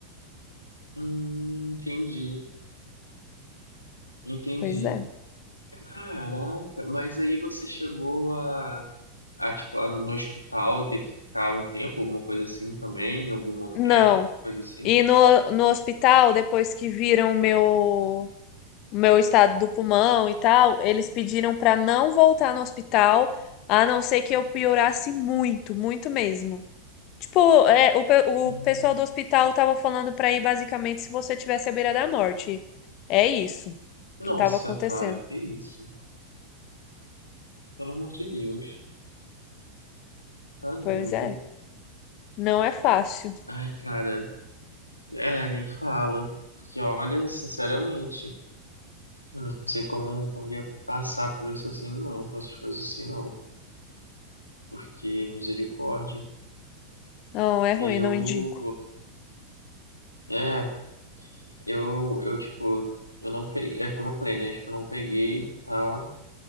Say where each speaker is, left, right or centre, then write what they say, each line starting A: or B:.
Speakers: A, on the left; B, on the left.
A: Hum, entendi. Entendi.
B: Pois é.
A: Caraca, mas aí você chegou a a, tipo, a- no hospital ter que ficar um tempo, alguma coisa assim também, em algum momento,
B: Não.
A: coisa assim.
B: E no, no hospital, depois que viram o meu. o meu estado do pulmão e tal, eles pediram para não voltar no hospital, a não ser que eu piorasse muito, muito mesmo. Tipo, é, o, pe- o
A: Hum,
B: pessoal do hospital tava falando para ir basicamente se você tivesse à beira da morte. É isso
A: Nossa,
B: que tava acontecendo.
A: cara, que isso? Pelo amor de Deus, tá doido.
B: Pois é, não é fácil.
A: Ai, cara, é, nem fala. Porque olha, sinceramente, eu não sei como, como ia passar por isso assim, não, por essas coisas assim, não. Porque, misericórdia,
B: Não, é ruim,
A: eu,
B: não indico.
A: é, eu, eu, tipo, eu não peguei, é como eu falei, né, tipo, eu não peguei e tal.